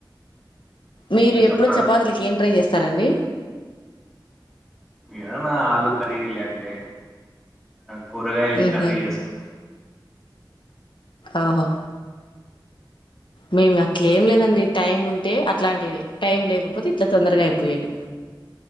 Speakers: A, on the left; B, in the centre.
A: మీరు ఎప్పుడు
B: చెప్తా
A: చపాతి కిలకి ఎంట్రై చేస్తారు సరేండి
B: ఏద ఆలూ కరి లేక తే కూరగాయది
A: ఉహు
B: కర్రీ చేసుకు
A: ఆహా మేము అట్లే ఏం లేదండి టైం ఉంటే అట్లాంటివ టైం లేకపోతే ఇట్లా తొందరగా అయిపోయది